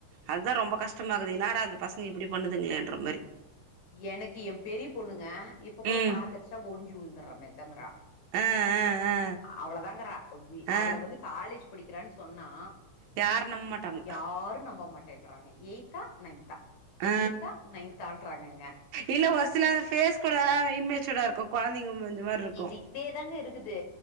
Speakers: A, on the right; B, on the left.
A: அதுதா ரொம்ப கஷ்டமாகுது இன்னடா இந்த பசங்க இப்டி பண்ணுதுங்களேன்ற மாரி
B: எனக்கு எ பெரிய பொண்ணுங்க இப்ப கூட
A: ம்
B: காத்தடிச்சா ஒடுஞ்சு உழுந்துற மாரிதாங்கறா
A: ஆ ஆ ஆ
B: அவ்ளதாங்கிறா
A: ஆ
B: அவள வந்து காலேஜ் படிக்கிறானு சொன்னா
A: யாரு நம்ப மாட்டாங்க
B: யாரு நம்ப மாட்டேன்றாங்க எய்த்தா நய்ன்தா
A: ஆ
B: எய்த்தா நைன்த்தான்றாங்கங்க
A: இல்ல ஒரு சில ஃபேஸ் கூட இம்மெச்சூடா இருக்கு கொழந்தெங்க மூஞ்சு மாரி இருக்கு
B: இது இப்டியே தாங்க இருக்குது